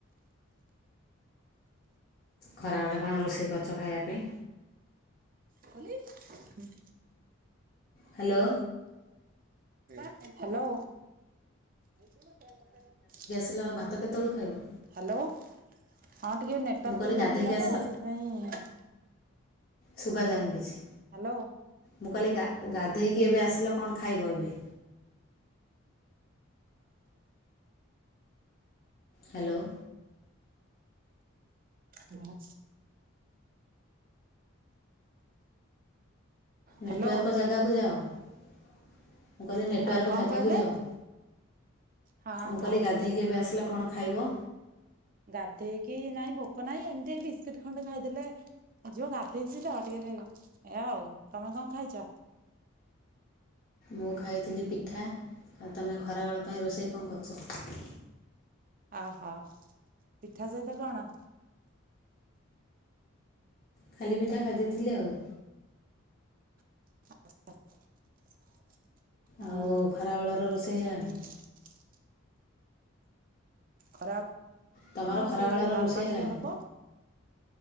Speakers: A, on the left; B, on the right.
A: ଖରା ବେଳେ କଣ ରୋଷେଇ କରିଛ ଖାଇବା ପାଇଁ।
B: କୋଲି ହ
A: ହ୍ୟାଲୋ
B: ହ୍ୟାଲୋ <unintelligible>
A: ଆଲୋ ଭାତ କେତେବେଳକୁ ଖାଇବୁ।
B: ହ୍ୟାଲୋ ହଁ ଟିକେ ନେଟୱାର୍କ
A: ମୁଁ କହିଲି
B: ପ୍ରୋବନ୍
A: ଗାଧୋଇକି
B: ଥିଲା
A: ଆସିଲ
B: ତ ସେଥିପାଇଁ।
A: ଶୁଭା ଯାଉନି କିଛି।
B: ହ୍ୟାଲୋ
A: ମୁଁ କାଲି ଗା ଗାଧେଇକି ଏବେ ଆସିଲ କଣ ଖାଇବ ଏବେ? ହ୍ୟାଲୋ
B: ବସ୍ ହ୍ୟାଲୋ
A: ନେଟୱାର୍କ ଜାଗାକୁ ଯାଅ ମୁଁ କହିଲି ନେଟୱାର୍କ
B: ଆଉ କଣ
A: ଜାଗାକୁ
B: କହିଲେ
A: ଯାଅ।
B: ହଁ
A: ମୁଁ କହିଲି
B: ହଁ
A: ଗାଧେଇକ ଏବେ ଆସିଲା କଣ? ଖାଇବ?
B: ଗାଧେଇକି ନାଇଁ ଭୋକ ନହିଁ ଏମିତି ବିସ୍କୁଟ ଖଣ୍ଡେ ଖାଇଦେଲେ ଯିଉ ଗାଧେଇଛି ତ ଟିକେ ଏ ଆଉ ତମେ କଣ ଖାଇଛ?
A: ମୁଁ ଖାଇଥିଲି ପିଠା ଆଉ ତମେ ଖରାବେଳ ପାଇଁ ରୋଷେଇ କଣ କରୁଛ?
B: ଆ ହୋ ପିଠା ସହିତ କଣ?
A: ଖାଲି ପିଠା ଖାଇଦେଇଥିଲି ଆଉ।
B: <unintelligible> ହଁ।
A: ଆଉ ଖରାବେଳର ରୋଷେଇ ହେଲାଣି
B: ଖରାପ
A: ତୁମର
B: ହଁ
A: ଖରାବେଳର
B: ସେଇ ଡାଲମା
A: ରୋଷେଇ ହେଲାଣି
B: ଟିକେ ହବ।